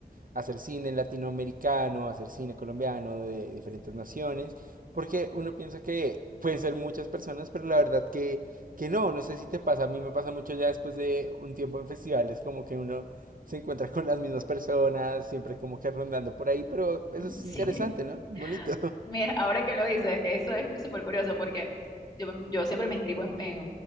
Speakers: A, on the right; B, on the left.
A: hacer cine latinoamericano, hacer cine colombiano de diferentes naciones, porque uno piensa que pueden ser muchas personas, pero la verdad que, que no, no sé si te pasa, a mí me pasa mucho ya después de un tiempo en festivales, como que uno se encuentra con las mismas personas, siempre como que rondando por ahí, pero eso es
B: Sí,
A: interesante, ¿no? Bonito.
B: <laughs>
A: <laughs>
B: mira, ahora que lo dices, eso es súper curioso porque yo, me- yo siempre me inscribo en, en,